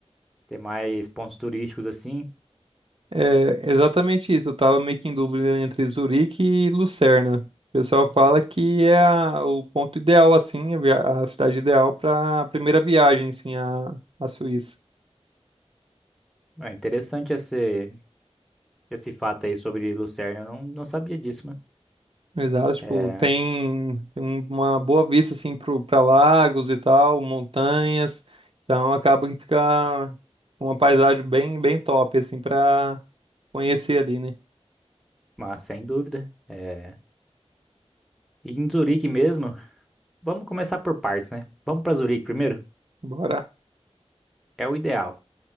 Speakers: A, in the centre; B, on the right (about 50°).
A: ter mais pontos turísticos assim.
B: É, exatamente isso. Eu tava meio que em dúvida entre Zurique e Lucerna. O pessoal fala que é a- o ponto ideal, assim, a, via- a cidade ideal pra primeira viagem, assim, à à Suíça.
A: É interessante esse, esse fato aí sobre Lucerna. Eu não, não sabia disso, mano.
B: Exato, tipo,
A: É,
B: tem tem um, uma boa vista assim pro, pra lagos e tal, montanhas. Então acaba que fica uma paisagem bem, bem top, assim, pra conhecer ali, né?
A: mas sem dúvida. É. E em Zurique mesmo, vamos começar por partes, né? Vamos para Zurique primeiro?
B: Bora.
A: É o ideal.